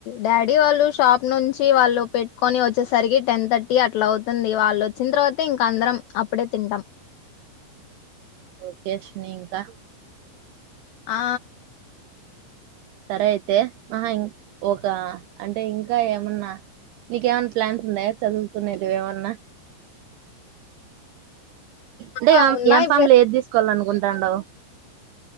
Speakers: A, on the left; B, on the right.
A: డాడీ వాళ్ళు షాప్ నుంచి వాళ్ళు పెట్టుకొని వచ్చేసరికి టెన్ థర్టీ అట్లా అవుతుంది వాళ్ళు వచ్చిన తర్వాత ఇంక అందరం అప్పుడే తింటాం
B: ఓకేస్ న ఇంకా
A: ఆ
B: సరే అయితే మా ఇం ఒక అంటే ఇంకా ఏమన్నా నీకేమన్నా ప్లాన్స్ ఉన్నాయా చదువుకునేది ఏమన్నా అంటే
A: ఆ ఉన్నాయి
B: ఎం ఫామ్ లో ఏది తీసుకోవాలినుకుంటా ఇంటంటవు